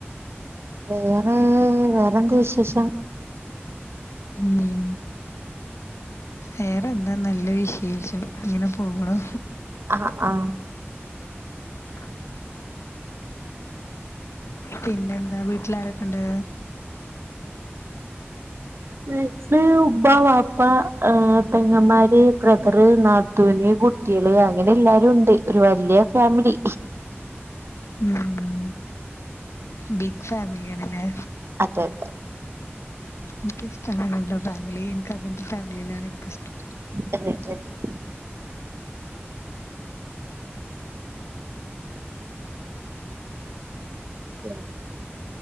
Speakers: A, on the right (about 65°); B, on the left (about 85°).
A: വേറെ വേറെന്ത് വിശേഷം
B: ഉം വേറെന്താ നല്ല വിശേഷം അങ്ങനെ പോകണോ
A: ആ ആ
B: ആ പിന്നെന്താ വീട്ടിലാരൊക്കെ ണ്ട്
A: വീട്ടില് ഉമ്മ വാപ്പ പെങ്ങമാര് ബ്രതറ് നത്തു ന് കുട്ടികള് അങ്ങനെ എല്ലാരും ഉണ്ട് ഒരു വലിയ ഫാമിലി
B: ഉം ബിഗ് ഫാമിലിയാണ്ല്ലേ
A: അതതെ
B: എനിക്കിഷ്ടമാണ് എന്താ ഫാമിലി എനിക്ക്ങ്ങനത്തെ ഫാമിലിയിലാണ് എനിക്കിഷ്ടം.
A: <unintelligible> <unintelligible>